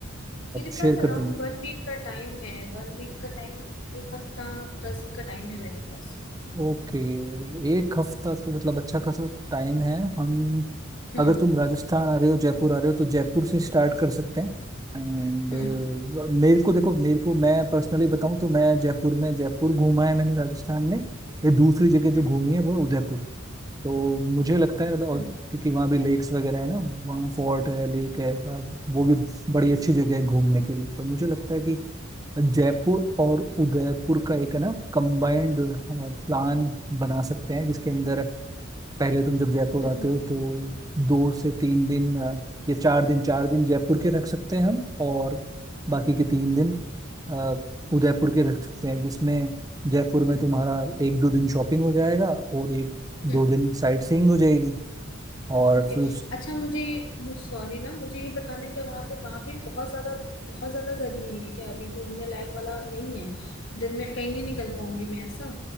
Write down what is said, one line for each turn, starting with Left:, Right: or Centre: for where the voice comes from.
Left: मेरे
Right: शेयर
Left: पास अराउंड
Right: कर दूंगा
Left: वन वीक का टाइम है वन वीक का टाइम एक हफ्ता दस दिन का टाइम है मेरे पास
Right: ओके एक हफ्ता तो मतलब अच्छा खासा टाइम है हम
Left: हम्म
Right: अगर तुम राजस्थान आ रहे हो जयपुर आ रहे हो तो जयपुर से स्टार्ट कर सकते हैं एंड
Left: हम्म
Right: मेरे को देखो मेरे को मैं पर्सनली बताऊं तो मैं जयपुर में जयपुर घूमा है मैंने राजस्थान में ये दूसरी जगह
Left: हम्म
Right: जो घूमी है वो है उदयपुर तो मुझे लगता है मतलब और
Left: हम्म
Right: क्योंकि वहाँ भी लेक्स वगैरह है ना वहाँ फोर्ट है लेक है वहाँ- वो भी बड़ी अच्छी जगह है घूमने के लिए तो मुझे लगता है कि जयपुर और उदयपुर का एक है ना कंबाइंड प्लान बना सकते हैं जिसके अंदर पहले तुम जब जयपुर
Left: हम्म
Right: आते हो तो दो से तीन दिन अ, या चार दिन चार दिन जयपुर के रख सकते हैं हम और बाकी के तीन दिन अ, उदयपुर के रख सकते हैं जिसमें जयपुर में तुम्हारा एक दो दिन शॉपिंग हो जाएगा और एक
Left: हम्म
Right: दो दिन साइट सीइंग हो जाएगी और
Left: ओके
Right: फिर
Left: अच्छा मुझे ये मुझे सॉरी ना मुझे ये बताना है क्या वहाँ पे वहाँ पे बहुत ज्यादा बहुत ज्यादा गर्मी है क्या अभी घूमने लायक वाला नहीं है दिन में कहीं नहीं निकल पाऊंगी मैं ऐसा